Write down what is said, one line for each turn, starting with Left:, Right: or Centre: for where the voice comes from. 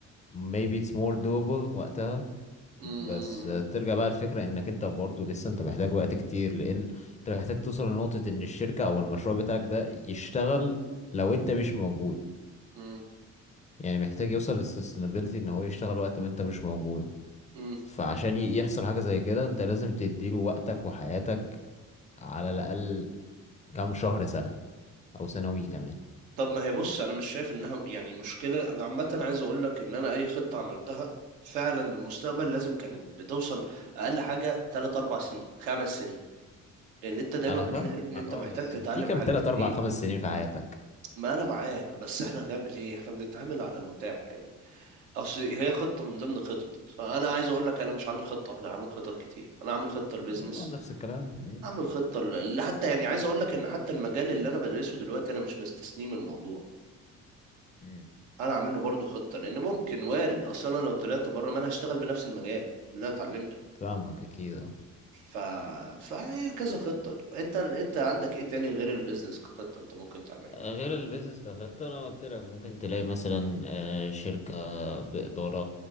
Left: maybe it's more doable وقتها
Right: امم
Left: بس ترجع بقى الفكرة انك انت برضه لسه انت محتاج وقت كتير لان انت محتاج توصل لنقطة ان الشركة او المشروع بتاعك ده يشتغل لو انت مش موجود
Right: امم
Left: يعني محتاج يوصل للسستينابيلتي ان هو يشتغل وقت ما انت مش موجود
Right: امم
Left: فعشان ي- يحصل حاجة زي كده انت لازم تديله وقتك وحياتك على الاقل كام شهر سنة او سنوي كمان
Right: طب ما هي بص انا مش شايف انها يعني مشكله انا عامه عايز اقول لك ان انا اي خطه عملتها فعلا للمستقبل لازم كانت بتوصل اقل حاجه 3 4 سنين خمس سنين لان انت دايما
Left: انا
Right: بتلاقي
Left: فاهمك
Right: ان انت
Left: اه
Right: محتاج
Left: بس
Right: تتعلم
Left: في كام
Right: حاجات
Left: تلات
Right: كتير
Left: اربع خمس سنين في حياتك
Right: ما انا معاك بس احنا هنعمل ايه احنا بنتعامل على المتاح يعني اصل هي خطة من ضمن خطط فانا عايز اقول لك انا مش عامل خطة انا عامل خطط كتير انا عامل خطة للبيزنس
Left: مم، نفس الكلام مم.
Right: عامل خطة ل... حتى يعني عايز اقول لك ان حتى المجال اللي انا بدرسه دلوقتي انا مش مستثنيه من الموضوع
Left: مم.
Right: انا عامل له برضه خطة لان ممكن وارد اصل انا لو طلعت بره ما انا هشتغل بنفس المجال اللي انا اتعلمته
Left: فاهمك اكيد آه.
Right: ف... فهي كذا خطة انت انت عندك ايه تاني غير البيزنس كخطة انت ممكن تعملها
Left: غير البيزنس كخطة أنا قلت لك ممكن تلاقي مثلا آه، شركة بإدارة